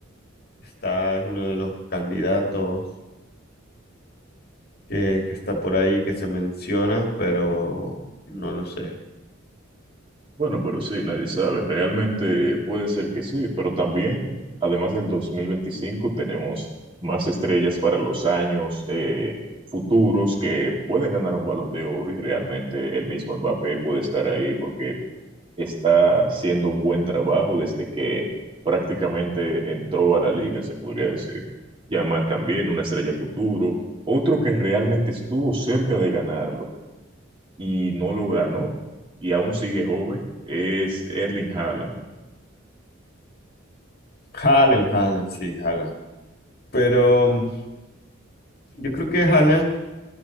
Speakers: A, on the left; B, on the right.
A: está, es uno de los candidatos que, que está por ahí, que se menciona, pero no lo sé.
B: Bueno, pero sí, nadie sabe. Realmente puede ser que sí, pero también, además del 2025, tenemos más estrellas para los años eh, futuros que pueden ganar un Balón de Oro y realmente el mismo Mbappé puede estar ahí porque está haciendo un buen trabajo desde que prácticamente entró a la liga, se podría decir. Yamal también, una estrella futuro. Otro que realmente estuvo cerca de ganarlo y no lo ganó y aún sigue joven es Erling Haaland.
A: Haaland, Haaland, sí, Haaland. Pero mm, yo creo que Haaland,